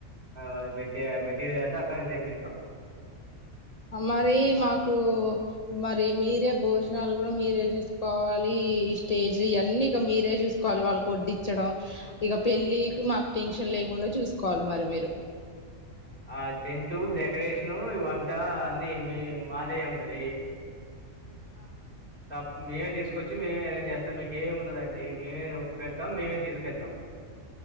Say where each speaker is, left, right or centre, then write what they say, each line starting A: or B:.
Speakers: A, on the right; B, on the left.
A: అది మె మెటీరియల్ అంతా అక్కడి నుంచి దేప్పిస్తాం.
B: మరి మాకు మరి మీరే భోజనాలు కూడా మీరే చూసుకోవాలి ఈ స్టేజ్ ఇవన్నీ ఇక మీరే చూసుకోవాలి వాళ్ళకి ఒడ్డించడం ఇగ పెళ్ళికి మాకు టెన్షన్ లేకుండా చూసుకోవాలి మరి మీరు
A: ఆ టెంటు డెకరేషను వంట అన్ని మీ మాదే ఉంటది
B: ఆ
A: తప్ మేమే తీసుకొచ్చి మే అరేంజ్ చేస్తాం మీకేముండదండి మేమే పెడతాం మే తీసుకు చేద్దాం